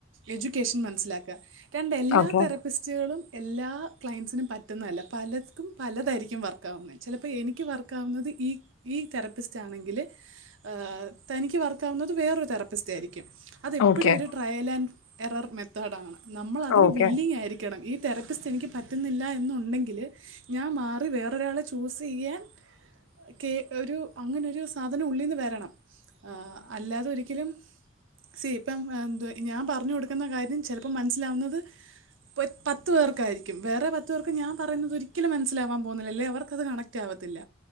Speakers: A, on the right; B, on the left.
A: എജ്യൂക്കേഷൻ മനസ്സിലാക്ക. ദെൻ എല്ലാ
B: ഓക്കെ ഓക്കെ
A: തരത് ഇസ്റ്റുകളും എല്ലാ ക്ലൈൻറ്സിനും പറ്റുന്നതല്ല. പലർക്കും പലതായിരിക്കും വർക്കാവുന്നെ ചെലപ്പ എനിക്ക് വർക്കാവുന്നത് ഈ ഈ തെറപ്പിസ്റ്റ് ആണെങ്കില് ആ തനിക്ക് വർക്കാവുന്നത് വേറൊരു തെറാപ്പിസ്റ്റ് ആയിരിക്കും. അതെപ്പെഴും
B: ഓക്കെ
A: ഒര് ട്രയല് എലാൻ എറർ മെത്തേഡാണ്. നമ്മൾ അതിന്
B: ഓക്കെ
A: വില്ലിങ്ങായി. ക്കണം. ഈ തെരപ്പിസ്റ്റ് എനിക്ക് പറ്റുന്നില്ല എന്നുണ്ടെങ്കില് ഞാൻ മാറി വേറൊരാളെ ചൂസ് ചെയ്യാൻ കേ ഒരു അങ്ങനൊരു സാധനം ഉള്ളീന്ന് വരണം. അ അല്ലാതെ ഒരിക്കലും സീ ഇപ്പം എന്ത്വ. ഞാൻ പറഞ്ഞു കൊടുക്ക്ന്ന കാര്യം ചെലപ്പം മൻസ്സിലാവുന്നത്. ഇ പത്തു പേർക്കായിരിക്കും. വേറെ പത്തു പേർക്ക് ഞാൻ പറയുന്നത് ഒരിക്കലും മനസ്സിലാവാൻ പോന്നില്ല. അല്ലെ അവർക്കത് കണക് റ്റാവത്തില്ല.